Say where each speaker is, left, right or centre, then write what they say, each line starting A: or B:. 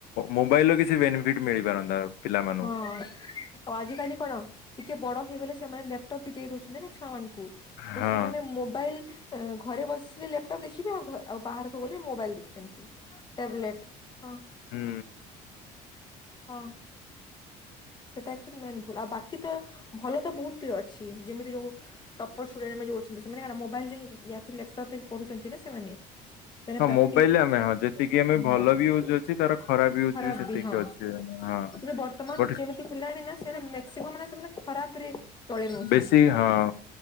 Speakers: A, on the left (about 75°); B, on the left (about 30°).
A: ମୋବାଇଲ୍ ର କିଛି ବେନିଫିଟ ମିଳିପାରନ୍ତା। ପିଲାମାନଙ୍କୁ।
B: ହଁ ଆଉ ଆଜିକାଲି କଣ ଟିକେ ବଡ ହେଇଗଲେ ସେମାନେ ଲାପଟପ୍ ବି ଦେଇ ଦଉଛନ୍ତି ନା ଛୁଆ ମାନଙ୍କୁ। ତ
A: ହଁ
B: ସେମାନେ ମୋବାଇଲ୍ ସେ ଘରେ ବସିଲେ ଲାପଟପ୍ ଦେଖିବେ ଆଉ ଘ- ଆଉ ବାହାରକୁ ଗଲେ ମୋବାଇଲ୍ ଦେଖୁଚନ୍ତି। ଟେବଲେଟ୍ ହଁ-
A: ହୁଁ।
B: ହଁ। ସେଇଟା ଆକ୍ଚୁଲି ମେନ୍ ଭୁଲ୍ ଆଉ ବାକି ତ ଭଲ ତ ବହୁତ୍ ଅଛି ଯେମିତି ଯଉ ଟପର୍ ଷ୍ଟୁଡେଣ୍ଟ୍ ମାନେ ଯଉ ଅଛନ୍ତି ସେମାନେ କାରଣ ମୋବାଇଲ୍ ରେ ଲାପଟପ୍ ରେ ପଢୁଚନ୍ତି ନା ସେମାନେ। ସେରା
A: ହଁ
B: ପ୍ରାକ୍ଟିସ୍
A: ମୋବାଇଲରେ ଆମେ ହଁ ଯେତିକି
B: ହଁ
A: ଆମେ ଭଲ ବି ୟୁଜ ଅଛି ତାର ଖରାପ ୟୁଜ
B: ଖରାପ୍
A: ସେତିକି
B: ବି ହଁ।
A: ଅଛି ହଁ
B: କିନ୍ତୁ ବର୍ତ୍ତମାନ
A: ବଟ
B: ଯେମିତି ହେଲାଣି ନା ସେ ମେକ୍ସିମମ୍ ନା ସେମାନେ ଖରାପ୍ ରେ ଚଳେଇ ନଉଛନ୍ତି
A: ବେଶୀ-
B: ସେଟା।
A: ହଁ